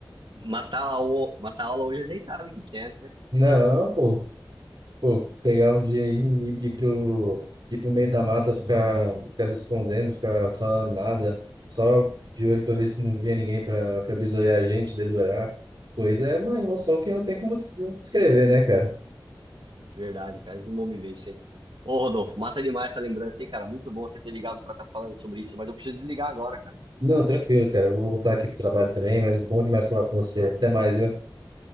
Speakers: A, on the right; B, on the right.
A: matar a, o- matar a aula hoje, a gente sabe o que que é, né?
B: Não, pô, pô, pegar um dia aí e ir pro, ir pro meio da mata, ficar, ficar se escondendo, ficar falando nada, só de olho pra ver se não via ninguém pra, pra bisoiar a gente, dedurar. Pois é, uma emoção que não tem como des- descrever, né, cara?
A: Verdade, cara, eles não vão me vencer. Ô, Rodolfo, massa demais essa lembrança aí, cara. Muito bom você ter ligado pra estar falando sobre isso, mas eu preciso desligar agora, cara.
B: Não, tranquilo, cara. Eu vou voltar aqui pro trabalho também, mas bom demais falar com você. Até mais, viu?